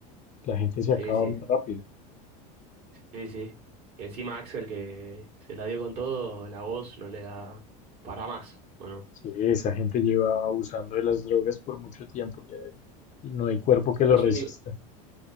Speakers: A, on the left; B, on the right.
A: la gente se
B: Sí,
A: acaba
B: sí,
A: muy rápido.
B: sí, sí. Y encima Axel que se la dio con todo, la voz no le da para más. Bueno,
A: Sí, esa gente lleva abusando de las drogas por mucho tiempo ya y y no hay cuerpo que
B: los
A: lo resista.
B: únicos